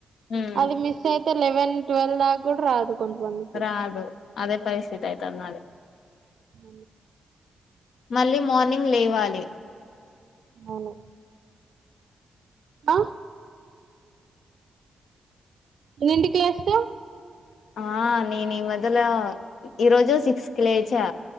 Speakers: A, on the left (about 75°); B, on the right (about 70°).
A: ఉమ్
B: అది మిస్ అయితే లెవెన్ ట్వల్వ్ దాకా కూడా రాదు కొంతమందికి
A: రాదు అదే పరిస్థితి ఆయత అన్నాళ
B: అ
A: మళ్ళీ మార్నింగ్ లేవాలి
B: అవు ఆ ఎన్నింటికి లేస్తావ్
A: ఆ నేను ఈ మదల ఈరోజు సిక్స్ కి లేచా.